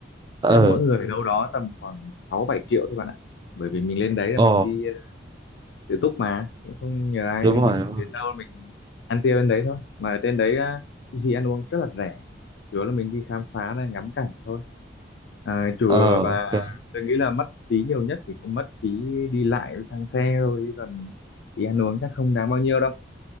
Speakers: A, on the right; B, on the left.
A: ờ
B: chắc mỗi người đâu đó tầm khoảng 6 7 triệu thôi bạn ạ bởi vì mình lên đấy là
A: ồ
B: mình đi tự túc mà cũng không nhờ ai
A: đúng
B: thì mình
A: rồi đúng
B: đến
A: rồi
B: đâu mình ăn tiêu đến đấy thôi mà ở trên đấy á, thì ăn uống rất là rẻ chủ yếu là mình đi khám phá này ngắm cảnh thôi à, chùa
A: ờ
B: và
A: ok
B: tôi nghĩ là mất phí nhiều nhất thì cũng mất phí đi lại với xăng xe thôi chứ còn phí ăn uống chắc không đáng bao nhiêu đâu